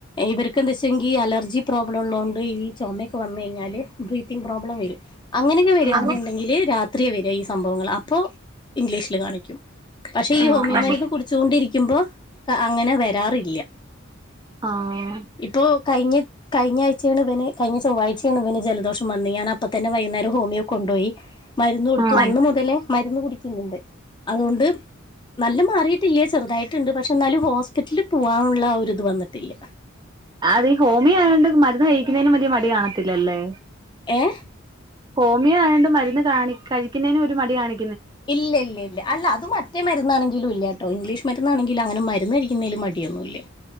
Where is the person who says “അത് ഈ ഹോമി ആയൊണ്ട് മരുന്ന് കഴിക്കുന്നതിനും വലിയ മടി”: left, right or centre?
Right